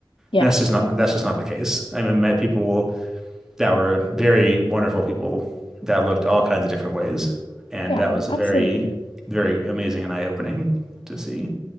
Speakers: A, on the left; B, in the centre.
A: Yeah.
B: and that's just not that's just not the case. I mean, I met people that were very wonderful people that looked all kinds of different ways, and
A: Yeah,
B: that was very
A: absolutely.
B: very amazing and eye opening to see.